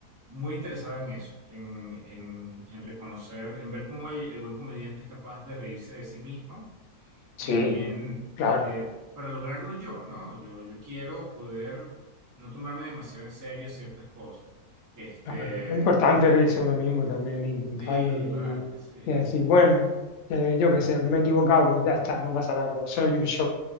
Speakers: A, on the right; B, on the left.
A: muy interesado en eso, en, en, en reconocer, en ver cómo el, el buen comediante es capaz de reírse de sí mismo Y
B: Sí,
A: también
B: claro,
A: eh, para lograrlo yo, ¿no? Yo, yo quiero poder no tomarme demasiado en serio ciertas cosas. Este,
B: claro. Es importante reírse uno mismo también, intentarlo
A: sí,
B: y,
A: vale, sí,
B: y decir,
A: sí.
B: bueno, eh, yo qué sé, me he equivocado, pues ya está, no pasa nada, pues soy un show.